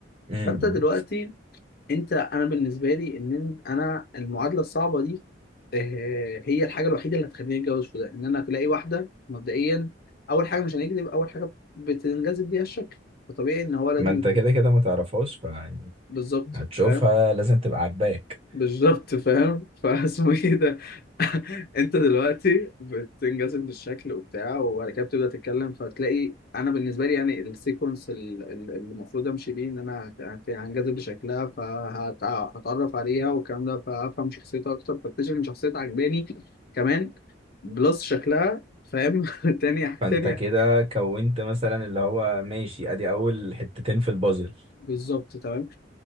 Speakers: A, on the right; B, on the left.
A: أمم.
B: فانت دلوقتي انت انا بالنسبة لي ان انا المعادلة الصعبة دي آه، هي الحاجة الوحيدة اللي هتخليني اتجوز في ده ان انا تلاقي واحدة مبدئيا اول حاجة مش هنكذب اول حاجة بتنجذب ليها الشكل فطبيعي ان هو لازم
A: ما انت
B: يكون
A: كده كده ما تعرفهاش فيعني
B: بالظبط
A: هتشوفها
B: فاهم؟
A: لازم تبقى عاجباك
B: بالظبط فاهم <laughs> فاسمه ايه ده <laughs> انت دلوقتي بتنجذب للشكل وبتاع وبعد كده بتبدا تتكلم فتلاقي انا بالنسبه لي يعني السيكونس ال- ال- اللي المفروض امشي بيه ان انا هت- هنجذب لشكلها فهتعرف عليها والكلام ده فافهم شخصيتها اكتر فاكتشف ان شخصيتها عجباني كمان بلس شكلها فاهم <laughs> تاني
A: فانت
B: تاني
A: كده كونت مثلا اللي هو ماشي ادي اول حتتين في البازل
B: بالظبط تمام